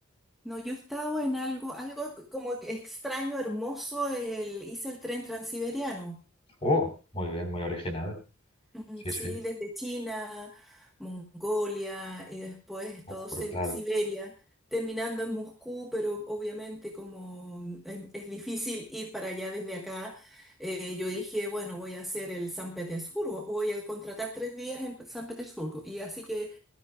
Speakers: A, in the centre; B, on the left.
A: No, yo he estado en algo, algo como que extraño, hermoso. el- hice el tren transiberiano.
B: ¡Oh! Muy bien, muy original.
A: Mm,
B: Sí,
A: Sí,
B: sí.
A: desde China, Mongolia y después
B: Oh,
A: todo
B: brutal.
A: Si- Siberia, terminando en Moscú, pero obviamente como es, es difícil ir para allá desde acá, eh, yo dije, bueno, voy a hacer el San Petersburgo, voy a contratar tres días en San Petersburgo. Y así que